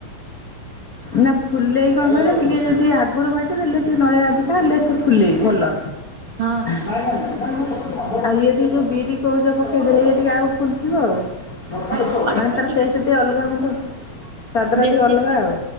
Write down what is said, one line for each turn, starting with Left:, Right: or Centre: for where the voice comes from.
Left: ନା ଫୁଲେଇ କଣ କହିଲେ ଟିକେ ଯଦି ଆଗରୁ ବାଟିଦେଲେ ଟିକେ ନଡିଆ ଅଧିକା ହେଲେ ସେ ଫୁଲେଇ ଭଲ।
Right: ଆଉ
Left: ହ ଆଉ ଇଏ ଟିକେ ଯୋଉ ବିରି କୋଉଚ ପକେଇଦଲେ ଇଏ ଟିକେ ଆଉ ଫୁଲଥିବ ଆଉ। ମାନେ
Right: ହଁ ହଁ ଅଳ୍ପ
Left: ତାର ଟେଷ୍ଟେ ଟିକେ ଅଲଗା ହୁଅନ୍ତା ସ୍ୱାଦଟା
Right: ବେଶୀ
Left: ଟିକେ ଅଲଗା ଆଉ।